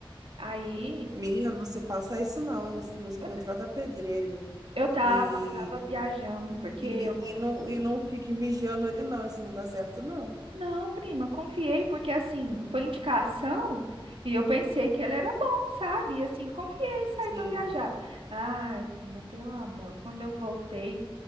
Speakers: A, on the right; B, on the right.
A: Aí,
B: Menina, não se faça isso não, não, se- não se
A: eu,
B: contrata pedreiro.
A: eu tava,
B: E,
A: eu tava viajando, porque
B: e,
A: eu não.
B: e, não, e não fique vigiando ele não, isso não dá certo não.
A: Não, prima, confiei porque assim, foi indicação e eu pensei que ela era bom, sabe? E assim, confiei, saí
B: Sim.
A: para viajar. Ai, prima, pelo amor, quando eu voltei,